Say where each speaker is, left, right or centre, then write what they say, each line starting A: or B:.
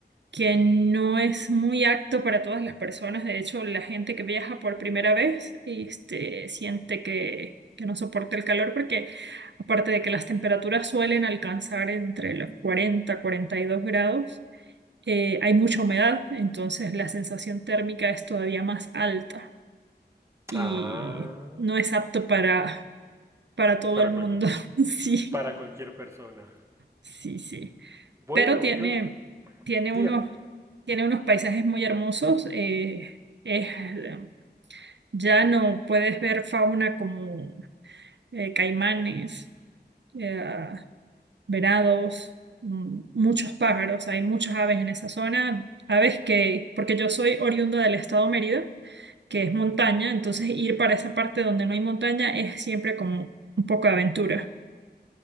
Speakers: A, on the right; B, on the right.
A: que no es muy apto para todas las personas. De hecho, la gente que viaja por primera vez, este, siente que, que no soporta el calor porque aparte de que las temperaturas suelen alcanzar entre los cuarenta cuarenta y dos grados, eh, hay mucha humedad, entonces la sensación térmica es todavía más alta y
B: Ah,
A: no es apto para, para todo
B: para
A: el
B: cualquier,
A: mundo. <laughs> Sí,
B: para cualquier persona.
A: sí, sí.
B: Bueno,
A: Pero tiene,
B: yo,
A: tiene
B: dígame.
A: unos Tiene unos paisajes muy hermosos. eh, es, eh, ya no puedes ver fauna como eh, caimanes, eh, venados, mm, muchos pájaros. Hay muchas aves en esa zona. Aves que, porque yo soy oriunda del estado Mérida, que es montaña, entonces ir para esa parte donde no hay montaña es siempre como un poco de aventura.